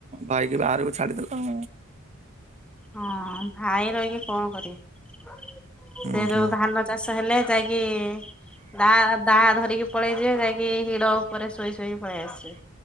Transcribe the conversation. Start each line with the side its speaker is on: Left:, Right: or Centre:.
Right: ଭାଇକି ବାହାରକୁ ଛାଡିଦେଲ।
Centre: ହଁ ଭାଇ ରହିକି କଁ କରିବେ,
Right: ହୁଁ
Centre: ସେ ଯୋଉ
Right: ହୁଁ
Centre: ଧାନ ଚାଷ ହେଲେ ଯାଇକି ଦା ଦା ଧରିକି ପଳେଇଯିବେ ଯାଇକି ହିଡ ଉପରେ ଶୋଇ ଶୋଇକି ପଳେଇ ଆସିବେ।